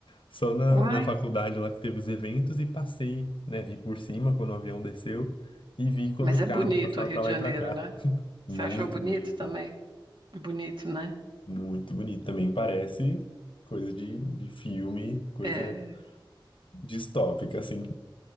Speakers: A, on the left; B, on the right.
A: só na,
B: Uai,
A: na faculdade lá que teve os eventos e passei, né? Vi por cima quando o avião desceu e vi quando
B: mas
A: o
B: é
A: carro
B: bonito
A: passava
B: o Rio
A: para
B: de
A: lá
B: Janeiro,
A: e para cá.
B: né?
A: <laughs> Muito
B: Você achou bonito
A: bonito,
B: também? Bonito, né?
A: muito bonito. Também parece coisa de, de filme, coisa
B: É,
A: distópica, assim.